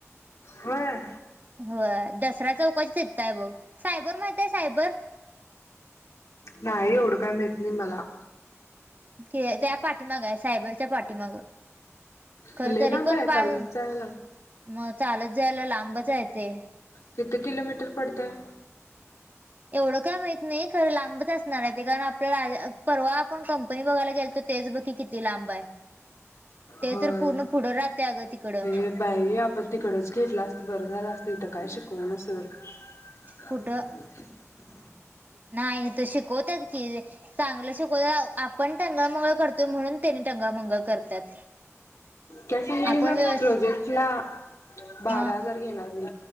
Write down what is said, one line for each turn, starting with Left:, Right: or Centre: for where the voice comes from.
Left: होय.
Right: होय दसरा चौकाच्या तीताय बघ. सायबर माहितय सायबर?
Left: नाही एवढ काय माहित नाही मला.
Right: की त्या पाठीमाग आहे सायबरच्या पाठीमागं. खर
Left: लय
Right: तरी
Left: लांब
Right: पण
Left: आहे
Right: बाळ
Left: चालत जायला
Right: म चालत जायला लांबच हाय ते.
Left: किती किलोमीटर पडतय.
Right: एवढं काय माहत नाही, खरं लांबच असणार आहे ते कारण आपलं राज परवा आपण कंपनी बघायला गेल तो. तेच बग किती लांब आहे ते
Left: होय
Right: तर पूर्ण पुढं राहते अगं तिकडं.
Left: हे बाई आपण तिकडच घेतला असतं बरं झालं असतं ईथं काय शिकवना सरळ. हम.
Right: कुठं नाही इथं शिकवतात की. चांगलं शिकवतात आपण टंगळमंगळ करतोय म्हणून. त्यांनी टंगळ मंगळ करत्यात.
Left: काय सांगितले
Right: आपण
Left: सांग
Right: व्यवस्थित-
Left: प्रोजेक्टला बारा
Right: ह
Left: हजार घेणार मी